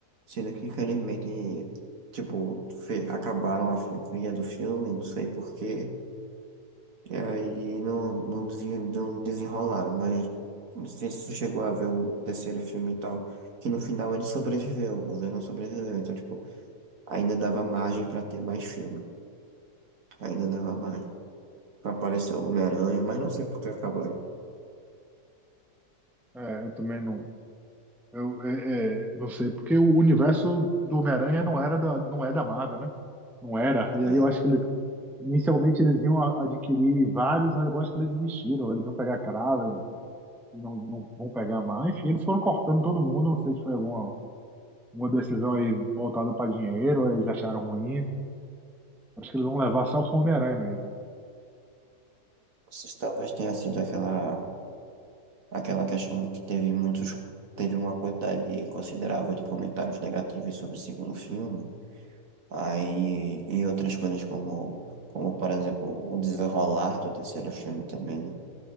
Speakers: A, on the right; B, in the centre.
A: Sendo que, infelizmente, tipo, fe- acabaram a filosofia do filme, não sei porquê, e aí não, não, desen- não desenrolaram, mas não sei se tu chegou a ver o terceiro filme e tal, que no final ele sobreviveu, o Venom sobreviveu, então, tipo, ainda dava margem pra ter mais filme, ainda dava margem. Pra aparecer o Homem-Aranha, mas não sei por que acabaram.
B: É, eu também não. Eu é, é, não sei, porque o universo do Homem-Aranha não era da, não é da Marvel, né? Não era. E
A: É,
B: aí
A: não
B: eu acho que ele, inicialmente eles iam a- adquirir vários, mas eu acho que eles desistiram. Eles iam pegar Kraven, e não, não vão pegar mais. Enfim, eles foram cortando todo mundo. Não sei se foi alguma, uma decisão aí voltada para dinheiro, ou eles acharam ruim. Acho que eles vão levar só com o Homem-Aranha mesmo.
A: sei se talvez tenha sido aquela Aquela questão de que teve muitos, teve uma quantidade considerável de comentários negativos sobre o segundo filme, aí e outras coisas como, como por exemplo, o desenrolar do terceiro filme também, né?